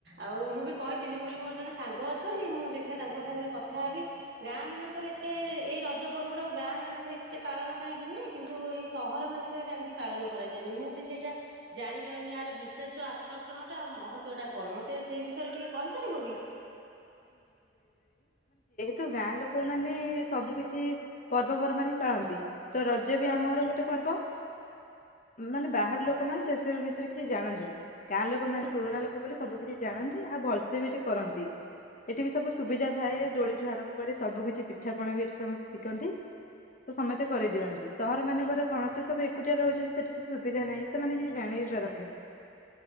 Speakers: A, on the right; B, on the left.
A: ଆଉ ମୁଁ ବି କହିଥିଲି ମୁଁ କହିଲି ମୋର ଜଣେ ସାଙ୍ଗ ଅଛନ୍ତି ମୁଁ ଦେଖିବା ତାଙ୍କ ସାଙ୍ଗରେ କଥା ହେବି ଗାଁ ମାନଙ୍କର ଏତେ ଏଇ ରଜ ପର୍ବଟା ଆଉ ଗାଁ ମାନଙ୍କର ଏତେ ପାଳନ କାହିଁକି ହୁଏ କିନ୍ତୁ ଏଇ ସହର ମାନଙ୍କରେ କାହିଁକି ପାଳନ କରାଯାଏନି ମୁଁ ବି ସେଇଟା ଜାଣିପାରୁନି ଆର ବିଶେଷ ଆକର୍ଷଣ ଟା ଆଉ ମହତ୍ୱ ଟା କଣ ମତେ ସେଇ ବିଷୟରେ ଟିକେ କହିପାରିବ କି?
B: ତୁ ଗାଁ ଲୋକ ମାନେ ସବୁ କିଛି ପର୍ବପର୍ବାଣ ପାଳନ୍ତି ତ ରଜ ବି ଆମର ଗୋଟେ ପର୍ବ ମାନେ ବାହାର ଲୋକ ମାନେ ସେସବୁ ବିଷୟରେ କିଛି ଜାଣନ୍ତିନି ଗାଁ ଲୋକ ମାନେ ପୁରୁଣା ଲୋକ ବୋଲି ସବୁ କିିଛି ଜାଣନ୍ତି ଆଉ ଭଲସେ ବି ଟିକେ କରନ୍ତି। ଏଠି ବି ସବୁ ସୁବିଧା ଥାଏ ଦୋଳିଠୁ ଆରମ୍ଭ କରି ସବୁ କିଛି ପିଠା ପଣା ବି ଏଠି ସମସ୍ତେ ଶିଖନ୍ତି ତ ସମସ୍ତେ କରିଦିଅନ୍ତି ସହର ମାନଙ୍କର କୌଣସି ସବୁ ଏକୁଟିଆ ରହୁଛନ୍ତି ସେଠି କିଛି ସୁବିଧା ନାହିଁ ସେମାନେ କିଛି ଜାଣି ବି ପାରନ୍ତିନି